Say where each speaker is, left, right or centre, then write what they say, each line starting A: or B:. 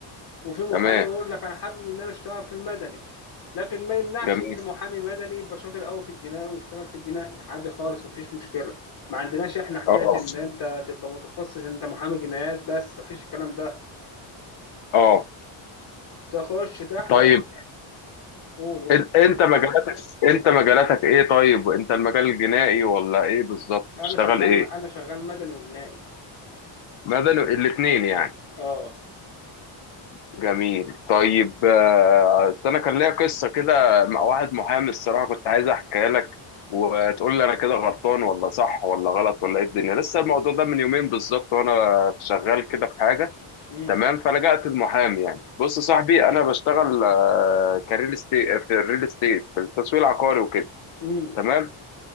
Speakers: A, on the left; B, on the left.
A: وفي محامي
B: تمام
A: يقول لك انا حابب ان انا اشتغل في المدني لكن ما يمنعش
B: جميل
A: ان محامي مدني يبقى شاطر قوي في الجنائي ويشتغل في الجنائي عادي خالص مفيش مشكله ما عندناش احنا حكايه
B: اه
A: ان انت تبقى متخصص ان انت محامي جنايات بس مفيش الكلام ده
B: اه
A: تخش تحضر
B: طيب
A: قول قول
B: إن- انت مجالاتك انت مجالاتك ايه طيب انت المجال الجنائي ولا ايه بالظبط بتشتغل
A: انا شغال
B: ايه
A: انا شغال مدني وجنائي
B: مدني الاثنين يعني
A: اه
B: جميل طيب آه، أصل انا كان ليا قصه كده مع واحد محامي الصراحه كنت عايز احكيها لك وتقول لي انا كده غلطان ولا صح ولا غلط ولا ايه الدنيا لسه الموضوع ده من يومين بالظبط وانا شغال كده في حاجه
A: امم
B: تمام فلجأت المحامي يعني بص يا صاحبي انا بشتغل آه، كريل استيت في الريل استيت في التسويق العقاري وكده
A: امم
B: تمام